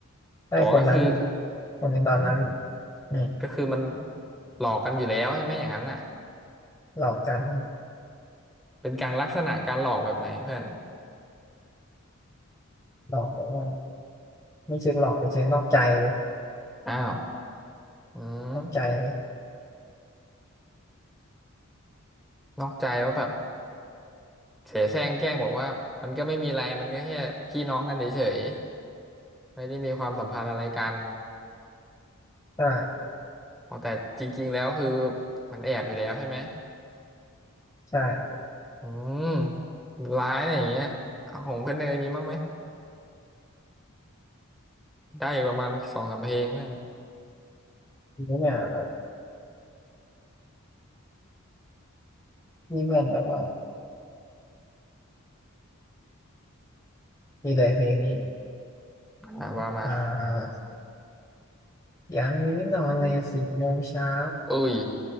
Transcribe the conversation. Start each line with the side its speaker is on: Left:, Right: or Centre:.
Left: ได้คนนั้นนี่
Centre: อ๋อก็คือ
Left: คนในตอนนั้น
Centre: อืม
Left: นี่
Centre: ก็คือมันหลอกกันอยู่แล้วใช่ไหมอย่างนั้นน่ะ
Left: หลอกกัน
Centre: เป็นการลักษณะการหลอกแบบไหนเพื่อน
Left: หลอกแบบว่าไม่เชิงหลอกเป็นเชิงนอกใจเลย
Centre: อ้าวอืม
Left: นอกใจเลย
Centre: นอกใจว่าแบบเสแสร้งแกล้งบอกว่ามันก็ไม่มีอะไรมันก็แค่พี่น้องกันเฉยๆไม่ได้มีความสัมพันธ์อะไรกัน
Left: ใช่
Centre: อ๋อแต่จริงๆแล้วคือมันแอบอยู่แล้วใช่ไหม
Left: ใช่ครับ
Centre: อืมร้ายอะไรอย่างเงี้ยเอาของเพื่อนเนยมีบ้างไหม ได้อีกประมาณสองสามเพลงเพื่อน
Left: ทีนี้เนี่ยแบบนี่เพื่อนแบบว่านี่เลยเพลงนี้
Centre: อ่าว่ามา
Left: อ่ายังไม่ได้นอนเลยสิบโมงเช้า
Centre: เอ้ย